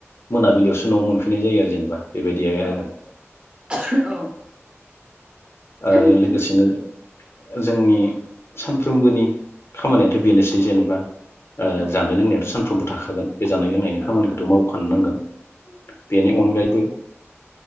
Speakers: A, on the left; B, on the right.
A: मोनाबिलियावसो न'आव मोनफैनाय जायो आरो जेनेबा । बेबायदिहाय
B: औ
A: आरो ।
B: औ
A: आरो
B: उम
A: लोगोसेनो जोंनि सानफ्रोमबोनि खामानियाथ' बेनोसै जेनेबा ओ
B: औ
A: जानाय लोंनायाथ' सान फ्रोमबो थाखागोन । बे जानाय लोंनायनि
B: औ
A: खामानिखौथ' मावखानो नांगोन बेनि अनगायैबो